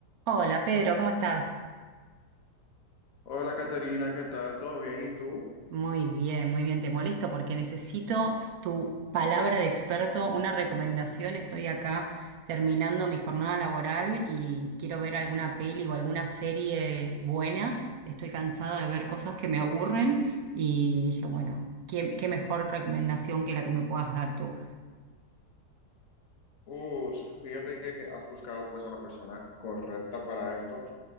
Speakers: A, on the right; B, on the left.
A: Hola Pedro, ¿cómo estás?
B: Hola Caterina, ¿qué tal? ¿Todo bien? ¿Y tú?
A: Muy bien, muy bien. Te molesto porque necesito tu palabra de experto, una recomendación. Estoy acá terminando mi jornada laboral y quiero ver alguna peli o alguna serie buena. Estoy cansada de ver cosas que me aburren y dije, bueno, ¿qué, qué mejor recomendación que la que me puedas dar tú?
B: Uf, fíjate que has buscado pues a la persona correcta para esto,